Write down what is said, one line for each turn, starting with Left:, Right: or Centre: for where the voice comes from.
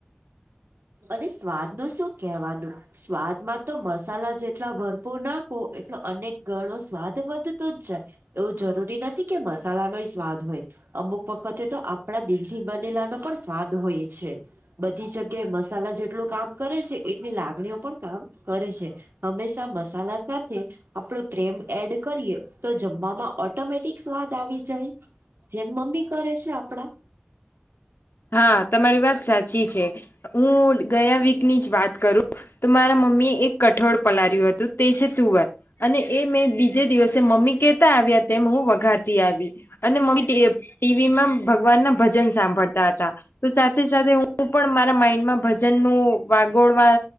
Right: અને સ્વાદ નું શું કેહેવાનું, સ્વાદમાં તો મસાલા જેટલા ભરપૂર નાખો એટલો અનેક ગણો સ્વાદ વધતો જ જાય. એવું જરૂરી નથી કે મસાલાનો સ્વાદ હોય, અમુક વખતે તો આપણા દિલ થી બનેલા નો પણ સ્વાદ હોય છે. બધી જગ્યાએ મસાલા જેટલું કામ કરે છે એટલી લાગણીઓ પણ કામ કરે છે. હંમેશા મસાલા સાથે, આપડો પ્રેમ એડ કરીએ તો જમવામાં ઓટોમેટિક સ્વાદ આવી જાય‌. જેમ મમ્મી કરે છે આપડા,
Left: હા તમારી વાત સાચી છે હું ગયા વીકની જ વાત કરું, તો મારા મમ્મી એ એક કઠોળ પલાર્યું હતું તે છે તુવર, અને એ મેં બીજે દિવસે મમ્મી કે, આવ્યા તેમ હું વઘારતી આવી અને મમ્મી ટીવીમાં ભગવાન ના ભજન સાંભળતા, તો સાથે સાથે હું પણ મારા માઈન્ડમાં ભજન નું વાગોડવા,